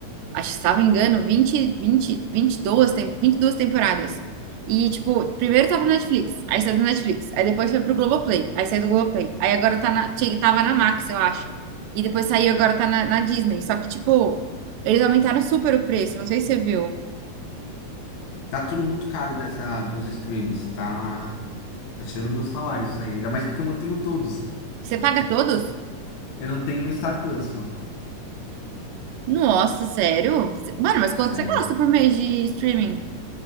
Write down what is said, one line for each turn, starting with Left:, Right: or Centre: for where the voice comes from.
Right: acho que se não me engano, vinte vinte, vinte e duas tem- 22 temporadas. E, tipo, primeiro tava no Netflix, aí saiu do Netflix, aí depois foi pro Globoplay, aí saiu do Globoplay, aí agora tá na, tinha- tava na Max, eu acho. E depois saiu, agora tá na, na Disney. Só que, tipo, eles aumentaram super o preço, não sei se você viu.
Left: Tá tudo muito caro dessa dos streams, tá tá tirando meu salário isso aí, ainda mais porque eu mantenho todos.
Right: Você paga todos?
Left: Eu não tenho o Star Plus só.
Right: Nossa, sério? Cê- Mano, mas
Left: Sério.
Right: quanto você gasta por mês de streaming? O